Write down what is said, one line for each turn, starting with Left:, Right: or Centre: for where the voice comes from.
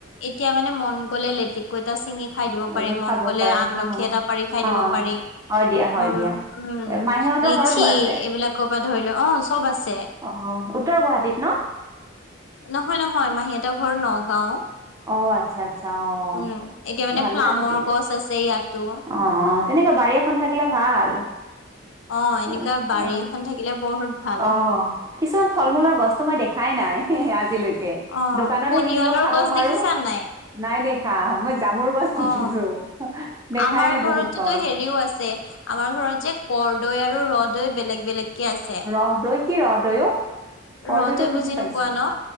Left: এতিয়া মানে মন গ'লে লেতে কু এটা চিঙি খাই দিব
Right: তেনেকৈ
Left: পাৰি মন
Right: খাব
Left: গলে
Right: পাৰে
Left: আমলখি
Right: হয়
Left: এটা পাৰি খাই
Right: অ'
Left: দিব পাৰি
Right: হয় দিয়া হয়
Left: উম
Right: দিয়া
Left: উম
Right: এ মাহীহঁতৰ
Left: লিচি
Right: ঘৰতো আছে
Left: এইবিলাকৰ পৰা ধৰি লোৱা অ চব আছে
Right: অ উত্তৰ গুৱাহাটীত ন
Left: নহয় নহয় মাহীহতৰ ঘৰ নগাঁও
Right: অ' আচ্ছা আচ্ছা অ'
Left: উম এতিয়া মানে
Right: ভাল
Left: প্লামৰ
Right: লাগে দিয়া
Left: গছ আছে ইয়াতো
Right: অ অ তেনেকে বাৰী এখন থাকিলে ভাল
Left: অ
Right: অ'
Left: এনেকুৱা বাৰী এখন থাকিলে বহুত ভাল
Right: অ কিছুমান ফল মূলৰ গছতো মই দেখাই নাই আজিলৈকে ত
Left: অ
Right: দোকানতহে
Left: পনিয়লৰ
Right: কিনিব খাব
Left: গছ
Right: পাৰো
Left: দেখিছা নাই
Right: নাই দেখা মই জামুৰ গছ দেখিছো
Left: অ
Right: দেখাই
Left: আমাৰ
Right: নে
Left: ঘৰতোতো
Right: বহুত গছ।
Left: হেৰিও আছে আমাৰ ঘৰত যে কৰদৈ আৰু ৰহদৈ বেলেগ বেলেগকে আছে
Right: ৰহদৈ কি ৰহদৈ অ কৰদৈটো
Left: ৰহদৈ বুজি
Right: পাইছো
Left: নোপোৱা ন